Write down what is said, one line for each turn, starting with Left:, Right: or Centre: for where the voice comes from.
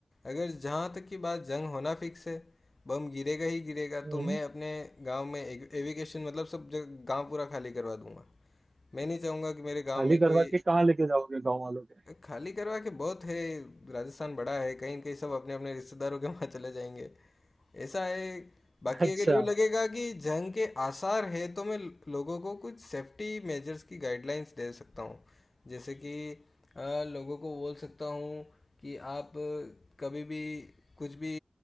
Left: अगर जहाँ तक की बात जंग होना फिक्स है बम गिरेगा ही गिरेगा
Right: हम्म
Left: तो मैं अपने गांव में एविकेशन मतलब सब जगह गांव पूरा खाली करवा दूंगा मैं नहीं चाहूँगा कि मेरे गांव
Right: खाली
Left: में
Right: करवा
Left: कोई
Right: के कहाँ लेके जाओगे गांव वालों को
Left: खाली करवा के बहुत है राजस्थान बड़ा है कहीं न कहीं सब अपने अपने रिश्तेदारों के वहाँ चले जाएंगे ऐसा है बाकी
Right: <laughs> अच्छा
Left: अगर यूँ लगेगा कि जंग के आसार है तो मैं लोगों को कुछ सेफ्टी मेजर्स की गाइडलाइंस दे सकता हूँ जैसे कि अ, लोगों को बोल सकता हूँ कि आप कभी भी कुछ भी